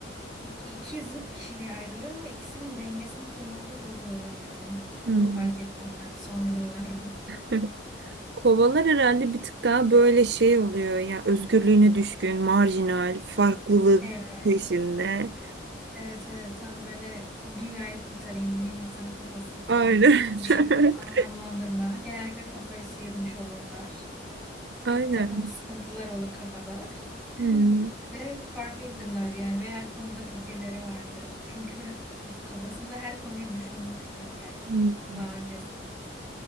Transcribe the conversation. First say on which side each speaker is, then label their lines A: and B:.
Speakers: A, in the centre; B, on the right.
A: iki, iki zıt kişiliğe ayrılıyorum ve ikisinin dengesini kurmakta çok zorlanıyorum.
B: Hmm.
A: Bunu fark ettim ben son yıllarda.
B: <laughs> Kovalar herhalde bir tık daha böyle şey oluyor ya özgürlüğüne düşkün, marjinal, farklılık
A: Evet,
B: peşinde.
A: evet, evet. Tam böyle dünyayı kurtarayım, bilim insanı kafasında
B: Aynen.
A: bir
B: <laughs>
A: şeyleri anlamlandırma. Genellikle kafayı sıyırmış olurlar.
B: Aynen.
A: bir takım sıkıntılar olur kafada. <laughs>
B: Hmm.
A: Ve farklıdırlar yani ve her konuda fikirleri vardır. Çünkü kafasında her konuyu düşünmüştür yani
B: Hmm.
A: daha öncesi.